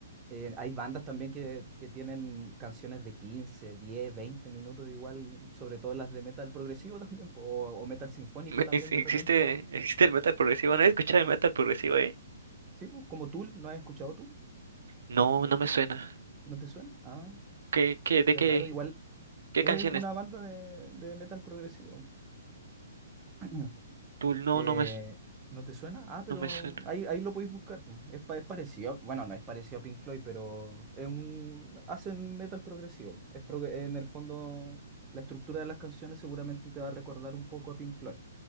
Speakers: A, on the right (about 20°); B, on the right (about 75°).
A: eh, hay bandas también que, que tienen canciones de quince diez veinte minutos igual, sobre todo las de metal progresivo <laughs> también, po, o, o metal sinfónico
B: Me-
A: también
B: es- Existe,
A: de repente.
B: existe el metal progresivo. No he escuchado el metal progresivo, ¿eh?
A: Sí, pues, como Tool, ¿no has escuchado Tool?
B: No, no me suena.
A: ¿No te suena? Ah,
B: ¿Qué, qué, de
A: qué
B: qué,
A: raro, igual
B: qué
A: es
B: canciones?
A: una banda de, de metal progresivo. <clears throat>
B: Tú, no,
A: Eh,
B: no me, su-
A: ¿no te suena? Ah, pero
B: no me suena.
A: ahí, ahí lo podéis buscar. po. Es, pa- es parecido, bueno, no es parecido a Pink Floyd, pero es un, hacen metal progresivo. Es prog- en el fondo, la estructura de las canciones seguramente te va a recordar un poco a Pink Floyd.